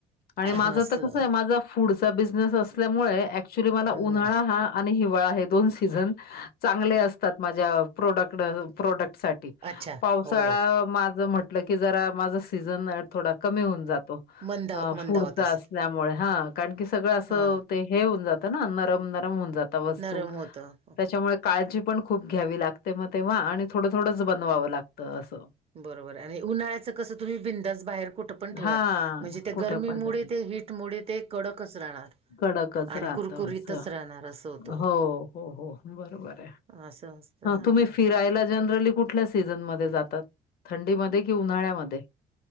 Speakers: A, on the right; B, on the left.
A: होतं
B: आणि माझं
A: असं
B: तर कसय. माझ फूडचा बिझनेस असल्यामुळे, ऍक्च्युली मला
A: हम्म
B: उन्हाळा हा आणि हिवाळा. हे दोन सीझन, चांगले असतात. माझ्या प्रॉडक्ड - प्रोडक्टसाठी.
A: अच्छा
B: पावसाळा,
A: हो
B: माझ म्हटलं की जरा, माझं सीझन. थोडा कमी होऊन जातो.
A: मंदाव
B: अ फूडचा
A: मंदावत असेल
B: अस त्यामुळे. हा कारण की सगळं अस,
A: हा
B: ते हे होऊन जात ना. नरम - नरम होऊन जात. वस्तू.
A: नरम होतं
B: त्याच्यामुळे काळजी पण खूप घ्यावी लागते, मग तेव्हा. आणि थोडं- थोडंच बनवावं लागतं. असं.
A: बरोबरय. आणि उन्हाळ्याचं कसं, तुम्ही बिनधास्त बाहेर कुठ पण ठेवा.
B: हां,
A: म्हणजे ते
B: कुठं
A: गरमीमुळे,
B: पण ट
A: ते हीटमुळे, ते कडकच राहणार.
B: कडकच
A: आणि
B: राहत
A: कुरकुरीतच
B: असं.
A: राहणार असं होतं
B: हो, हो, हो बरोबरय.
A: असं असतं हा.
B: तुम्ही फिरायला जनरली कुठल्या सी सीझनमध्ये जातात. थंडीमध्ये कि उन्हाळ्यामध्ये.